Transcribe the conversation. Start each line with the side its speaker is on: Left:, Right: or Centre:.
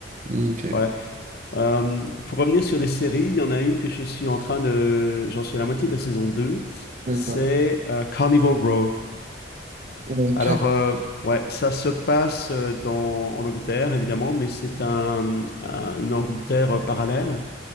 Right: Ok.
Left: Ouais. Euh, pour revenir sur les séries, il y en a une que je suis en train de... J'en suis à la moitié de la saison deux,
Right: D'accord.
Left: C'est euh, Carnival Row.
Right: Ok.
Left: Alors, euh, ouais, ça se passe euh, dans, en Angleterre, évidemment, mais c'est un, un- une Angleterre euh, parallèle,